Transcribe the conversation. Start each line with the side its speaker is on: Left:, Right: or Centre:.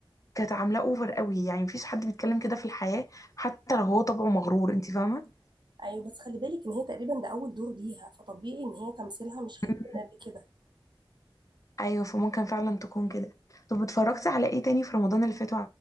Left: كانت عاملاه اوفر قوي يعني مفيش حد بيتكلم كده في الحياة حتى لو هو طبعه مغرور انت فاهمة
Right: ايوه بس خلي بالك ان هي تقريبا ده اول دور ليها فطبيعي ان هي تمثيلها مش هيكون
Left: مم.
Right: قد كده
Left: ايوه فممكن فعلا تكون كده طب اتفرجتي على ايه تاني في رمضان اللي فات